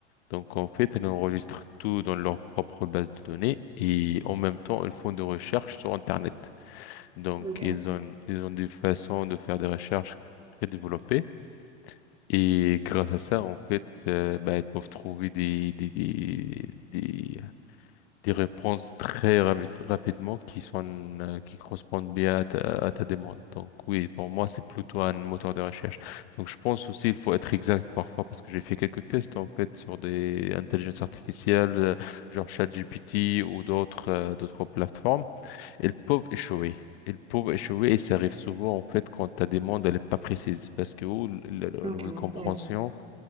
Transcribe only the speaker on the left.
Donc, en fait, elles enregistrent tout dans leur propre base de données et en même temps, elles font des recherches sur Internet. Donc,
ils ont, ils ont des façons de faire des recherches très développées. Et grâce à ça, en fait, euh, bah, ils peuvent trouver des, des, des, des, des réponses très rapi- rapidement qui sont, euh, qui correspondent bien à ta, à ta demande. Donc, oui, pour moi, c'est plutôt un moteur de recherche. Donc, je pense aussi il faut être exact parfois parce que j'ai fait quelques tests, en fait, sur des intelligences artificielles, euh, genre ChatGPT ou d'autres, euh, d'autres plateformes. Ils peuvent échouer. Ils peuvent échouer et ça arrive souvent en fait quand ta demande elle est pas précise parce que oh, le, le- le
niveau de compréhension,